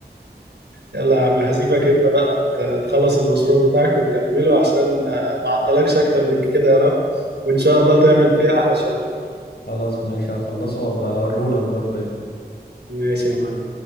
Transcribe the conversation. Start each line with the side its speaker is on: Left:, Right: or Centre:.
Right: يلا يا عم هسيبك انت بقى ت- تخلص المشروع بتاعك وتكمله عشان آه، ما اعطلكش اكتر من كده يا رب وان شاء الله تعمل فيها احلى شغل
Left: خلاص ماشي هخلصه وابقى اوريهولك برضه يعني
Right: ماشي يا معلم